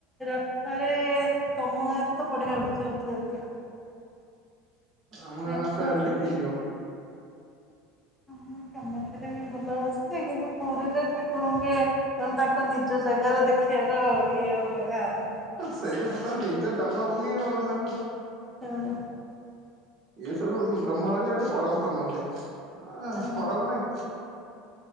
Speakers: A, in the centre; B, on the right (about 40°).
A: ରଥରେ ତମ ଗାଁରେ ତ ବଢିଆ ହଉଛି ରଥଯାତ୍ରା।
B: ଆମ ଗାଁକୁ
A: ରଥ
B: ଆସ ହେରି
A: ଆମ
B: ଦେଖିକି ଯିବ?
A: ମୁଁ କାମାକ୍ଷରେ ବି ଭଲ ହେଉଛି ଯେ କିନ୍ତୁ ପୁରୀରେ ଠାକୁରଙ୍କୁ ଟିକେ ମାନେ ତାଙ୍କ ନିଜ ଜାଗାରେ ଦେଖିଆର ଇଏ ଅଲଗା ଆଉ
B: ସେଇଟା ସତ ନିଜ ଜନ୍ମଭୂମି ଆଉ ତାଙ୍କ
A: ହଁ।
B: ଏ ସବୁଠୁ ବ୍ରହ୍ମ ରହିଲେ ଏଠି ପରମ ବ୍ରହ୍ମ ସେଏ
A: ହଁ।
B: ଫରକ ନାଇଁ?